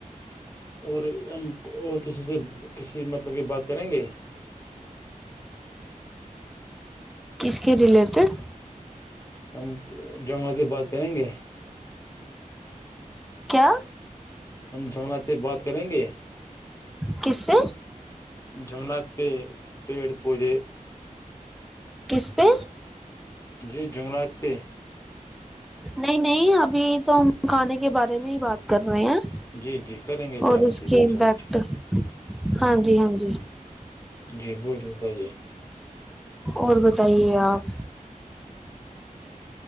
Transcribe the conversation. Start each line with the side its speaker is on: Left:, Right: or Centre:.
Left: اور ہم اور کسی سے کسی مطلب کی بات کریں گے
Centre: کس کے ریلیٹڈ
Left: ہم جنگل سے بات کریں گے
Centre: کیا
Left: ہم جنگلات میں بات کریں گے
Centre: کس سے
Left: جنگلات پہ پیڑ پودے
Centre: کس پہ
Left: جی جنگلات پہ
Centre: نہیں نہیں ابھی تو ہم کھانے کے بارے میں ہی بات کر رہے ہیں
Left: جی جی کریں گے
Centre: اور
Left: بات
Centre: اس
Left: اسی
Centre: کی
Left: پہ
Centre: امپیکٹ
Left: چلو ٹھیک
Centre: ہاں جی ہاں جی
Left: جی بولیے بتائیے
Centre: اور بتائیے آپ